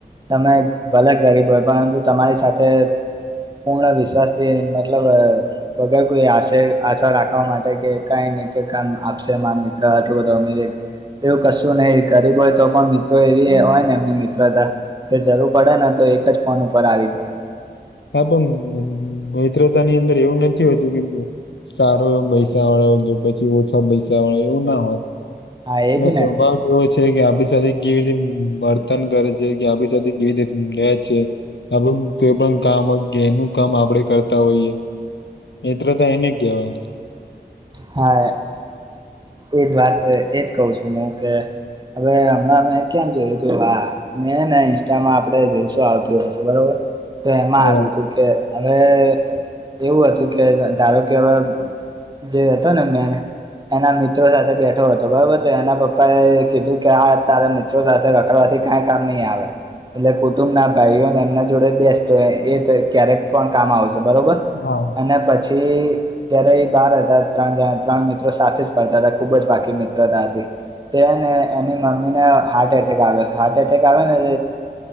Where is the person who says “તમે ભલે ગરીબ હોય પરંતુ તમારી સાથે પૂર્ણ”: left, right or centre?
Right